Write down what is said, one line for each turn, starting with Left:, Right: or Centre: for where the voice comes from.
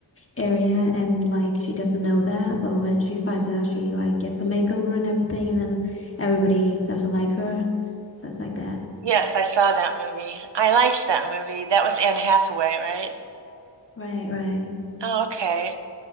Left: area, and like she doesn't know that, but when she finds out, she like gets a makeover and everything, and then everybody starts to like her, stuff like that.
Right: Yes, I saw that movie. I liked that movie. That was Anne Hathaway, right?
Left: Right, right.
Right: Oh, okay.